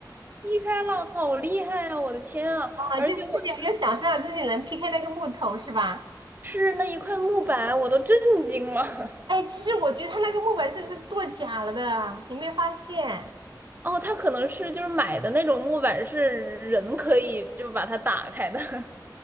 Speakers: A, on the right; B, on the right.
A: 劈开了，好厉害啊！我的天啊，
B: 哦，
A: 而且我
B: 就是自己没有想象自己能劈开那个木头是吧？
A: 是那一块木板，我都震惊了。<laughs>
B: 哎，其实我觉得它那个木板是不是做假了的？你没有发现？
A: 哦，他可能是就是买的那种木板，是人可以就把它打开的。<laughs>